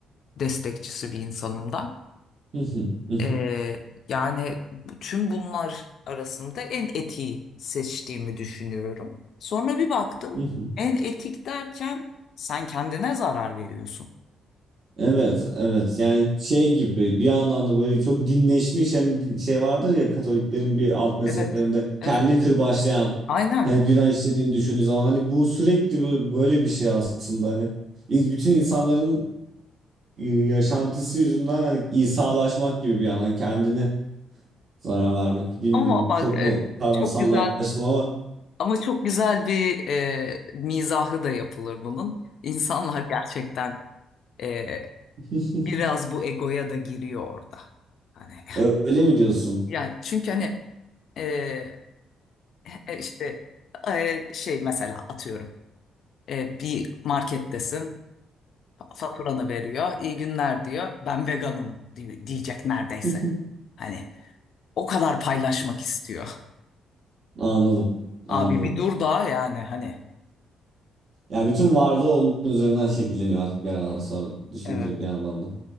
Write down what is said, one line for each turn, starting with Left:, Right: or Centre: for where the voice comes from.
Left: destekçisi bir insanım da.
Right: Hı hı, hı hı,
Left: Ee, yani tüm bunlar arasında en etiği seçtiğimi düşünüyorum. Sonra bir baktım,
Right: hı hı.
Left: en etik derken sen kendine zarar veriyorsun.
Right: Evet, evet. Yani şey gibi bir yandan da böyle çok dinleşmiş hani din- şey vardır ya Katoliklerin bir alt mezheplerinde
Left: Evet, evet,
Right: kendi kırbaçlayan
Left: aynen.
Right: hani günah işlediğini düşündüğü zaman hani bu sürekli bu- böyle bir şey aslında hani İ- bütün insanların e, yaşantısı yüzünden hani İsa'laşmak gibi bir yandan kendini zarar vermek. Bilmiyorum
Left: Ama bak
Right: çok mu
Left: e,
Right: kavramsallaştım
Left: çok güzel.
Right: ama
Left: Ama çok güzel bir e, mizahı da yapılır bunun. İnsanlar gerçekten e,
Right: <laughs>
Left: biraz bu egoya da giriyor orada. Hani <laughs>
Right: öyle mi diyorsun?
Left: yani çünkü hani e, e, işte e, şey mesela atıyorum e, bir markettesin faturanı veriyor iyi günler diyor ben veganım di- diyecek neredeyse.
Right: <laughs>
Left: Hani o kadar paylaşmak istiyor.
Right: Anladım.
Left: Abi
Right: Anladım.
Left: bir dur da yani hani.
Right: Yani bütün varlığı onun üzerinden şekilleniyor artık bir yerden sonra düşünce
Left: Evet.
Right: bir yandan da.